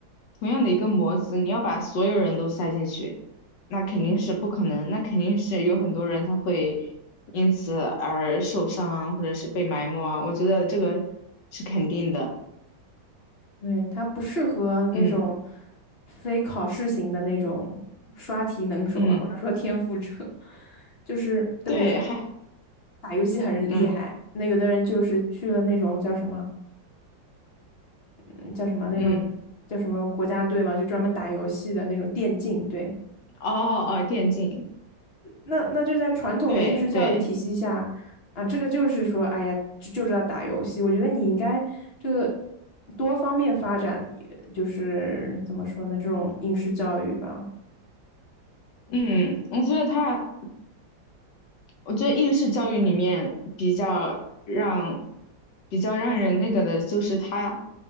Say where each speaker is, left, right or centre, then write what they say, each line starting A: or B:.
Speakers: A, on the left (about 70°); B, on the left (about 40°).
A: 同样的一个模子，你要把所有人都塞进去，那肯定是不可能。那肯定是有很多人他会因此而受伤啊，或者是被埋没啊。我觉得这个是肯定的。
B: 对，他不适合那种
A: 嗯
B: 非考试型的那种刷题能手吧，
A: 嗯，
B: 或者说天赋者，<laughs> 就是就比如说
A: 对，还
B: 打游戏很厉害，
A: 嗯
B: 那有的人就是去了那种叫什么，嗯，叫什么那种叫什么国家队嘛，
A: 嗯，
B: 就专门打游戏的那种电竞，对，
A: 哦哦，电竞，
B: 那那就在传统的应试教育体系下啊，
A: 对对，
B: 这个就是说，哎呀，就就知道打游戏。我觉得你应该这个多方面发展，就是怎么说呢，这种应试教育吧，
A: 嗯，我觉得他。我觉得应试教育里面比较让比较让人那个的，就是他